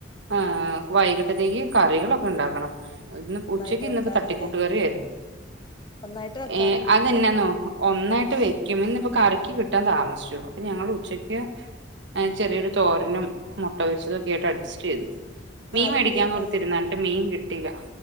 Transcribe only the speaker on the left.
ഒന്നായിട്ട്
വെക്കാറില്ലേ
ഒന്നായിട്ട് വെക്കാറില്ലേയ്ച്ച
ആരുല്ലേനോ